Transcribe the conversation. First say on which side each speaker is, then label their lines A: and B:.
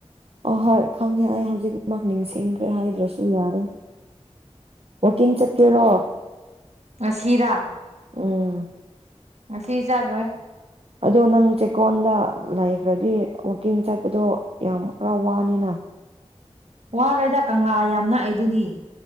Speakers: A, on the right; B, on the right.
A: ꯑꯍꯣꯏ ꯈꯪꯉꯦ ꯑꯩ ꯍꯧꯖꯤꯛꯃꯛ ꯅꯤꯡꯁꯤꯡꯈ꯭ꯔꯦ ꯍꯥꯏꯗ꯭ꯔꯁꯨ ꯌꯥꯔꯦ ꯋꯥꯀꯤꯡ ꯆꯠꯀꯦꯔꯣ
B: ꯑꯁꯤꯔꯥ
A: ꯎꯝ
B: ꯑ ꯀ ꯆꯜꯔꯣ
A: ꯑꯗꯣ ꯅꯪ ꯆꯦꯛꯀꯣꯟꯗ ꯂꯩꯈ꯭ꯔꯗꯤ ꯋꯥꯛꯀꯤꯡ ꯆꯠꯄꯗꯣ ꯌꯥꯝ ꯈꯔ ꯋꯥꯅꯤꯅ
B: ꯋꯥꯔꯣꯏꯗ ꯀꯪꯂꯥ ꯌꯥꯝꯅ ꯑꯩꯗꯨꯗꯤ